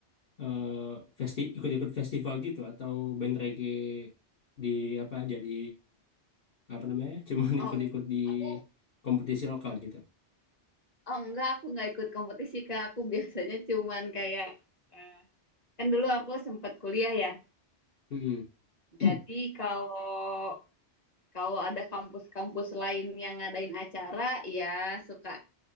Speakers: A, on the left; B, on the left.
A: eh, festi ikut-ikut festival gitu atau band reggae di apa jadi apa namanya? <laughs> Cuman
B: oh
A: ikut-ikut di
B: aku
A: kompetisi lokal gitu.
B: Oh enggak, aku nggak ikut kompetisi Kak. Aku biasanya cuman kayak eh, kan dulu aku sempat kuliah ya.
A: Mm-mm.
B: Jadi
A: <clears throat>
B: kalau kalau ada kampus-kampus lain yang ngadain acara, ya suka